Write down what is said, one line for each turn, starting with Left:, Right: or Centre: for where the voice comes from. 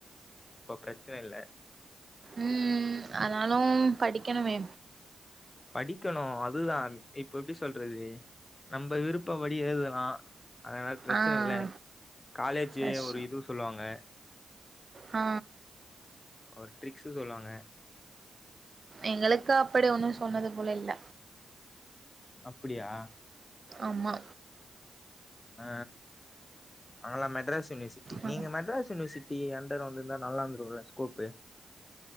Left: அப்போ பிரச்சன இல்ல
Right: ம் ஆனாலு படிக்கனுமே
Left: படிக்கணு அதுதா இப்ப எப்டி சொல்றது நம்ப விருப்பப்படி எழுதலா அதனால பிரச்சன
Right: ஆ
Left: இல்ல காலேஜி
Right: கஷ்
Left: ஒரு இது சொல்வாங்க
Right: ஆ
Left: ஒரு ட்ரிக்ஸு சொல்வாங்க
Right: எங்களுக்கு அப்டி ஒண்ணு சொன்னது போல இல்ல
Left: அப்டியா
Right: ஆமா
Left: ஆ அவுங்கெல்லா மெட்ராஸ் யூனிவர்சிட்டி
Right: ஆ
Left: நீங்க மெட்ராஸ் யூனிவர்சிட்டி அண்டர் வந்துருந்தா நல்லா இருந்துருக்குல்ல ஸ்கோப்பு